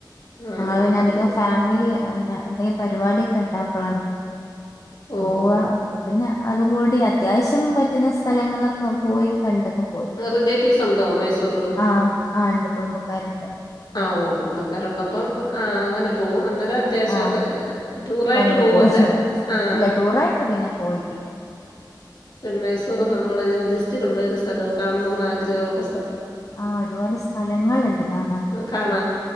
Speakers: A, on the left (about 65°); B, on the left (about 40°).
A: ആ
B: ഞങ്ങള് പിന്ന
A: മൈ
B: അധികം ഫാമിലി എന്തെങ്കിലും പരിപാടിയൊക്കെ ഉണ്ടാകുമ്പോളാണ്
A: ഓഹോ
B: പോവ അപ്പ പിന്നെ അതുകൂടി അത്യാവശ്യം പറ്റുന്ന സ്ഥലങ്ങളൊക്കെ പോയി കണ്ടങ്ങ് പോരും
A: റിലേറ്റീവ്സ് ഉണ്ടോ മൈസൂർ
B: ആഹ ആ ഉണ്ട് കുടുംബക്കാരുണ്ട്
A: ആഓ കുടുംബക്കാാരള്ളപ്പം ആ അങ്ങനെ പോവും അ അത്യാവശ്യം
B: ആഹ്
A: ഒക്കെ ടൂർ ആയിട്ട്
B: കണ്ടു
A: പോകില്ല
B: പോരും.
A: ആ
B: ഇല്ല ടൂറായിട്ട് പിന്നെ പോയിട്ടില്ല.
A: മൈസൂര് നമ്മളെ <unintelligible> തിലുള്ള ഒരു സ്ഥലോ കാണോന്ന് ആഗ്രഹമ ഉുള്ള
B: ആഹ ഒരുപാട് സ്ഥലങ്ങുണ്ട് കാണാൻ
A: കാണ